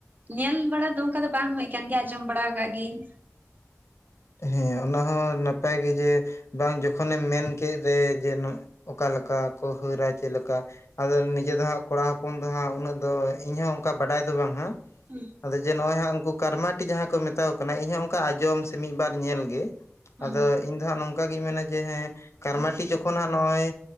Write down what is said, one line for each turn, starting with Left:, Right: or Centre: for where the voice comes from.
Right: ᱧᱮᱞ ᱵᱟᱲᱟ ᱫᱚ ᱚᱱᱠᱟ ᱫᱚ ᱵᱟᱝ ᱦᱩᱭ ᱟᱠᱟᱱ ᱜᱮᱭᱟ ᱟᱸᱡᱚᱢ ᱵᱟᱲᱟ ᱟᱠᱟᱫ ᱜᱮᱧ᱾
Left: ᱦᱮᱸ ᱚᱱᱟ ᱦᱚᱸ ᱱᱟᱯᱟᱭ ᱜᱮ ᱡᱮ ᱵᱟᱝ ᱡᱚᱠᱷᱚᱱᱮᱢ ᱢᱮᱱ ᱠᱮᱫ ᱨᱮ ᱡᱮᱼᱼ ᱚᱠᱟ ᱞᱮᱠᱟ ᱠᱚ ᱦᱟᱹᱨᱟ ᱪᱮᱫ ᱞᱮᱠᱟᱼᱼ ᱟᱫᱚ ᱱᱤᱡᱮ ᱫᱚ ᱦᱟᱸᱜ ᱠᱚᱲᱟ ᱦᱚᱯᱚᱱ ᱫᱚ ᱦᱟᱸᱜ ᱩᱱᱟᱹᱜ ᱫᱚ ᱤᱧᱦᱚᱸ ᱚᱝᱠᱟ ᱵᱟᱰᱟᱭ ᱫᱚ ᱵᱟᱝ ᱦᱟᱸᱜ
Right: ᱦᱩᱸ
Left: ᱟᱫᱚ ᱡᱮ ᱱᱚᱜᱚᱭ ᱦᱟᱸᱜ ᱩᱝᱠᱩ ᱠᱟᱨᱢᱟᱴᱤ ᱡᱟᱦᱟᱸ ᱠᱚ ᱢᱮᱛᱟ ᱠᱚ ᱠᱟᱱᱟ, ᱤᱧ ᱦᱚᱸ ᱚᱝᱠᱟ ᱟᱸᱡᱚᱢ ᱥᱮ ᱢᱤᱫ ᱵᱟᱨ ᱧᱮᱞ ᱜᱮ᱾
Right: ᱦᱩᱸ
Left: ᱟᱫᱚ ᱤᱧ ᱫᱚ ᱦᱟᱸᱜ ᱱᱚᱝᱠᱟ ᱜᱤᱧ ᱢᱮᱱᱟ ᱡᱮ ᱦᱮᱸ ᱠᱟᱨᱢᱟᱴᱤ ᱡᱚᱠᱷᱚᱱ ᱦᱟᱸᱜ ᱱᱚᱜᱚᱭ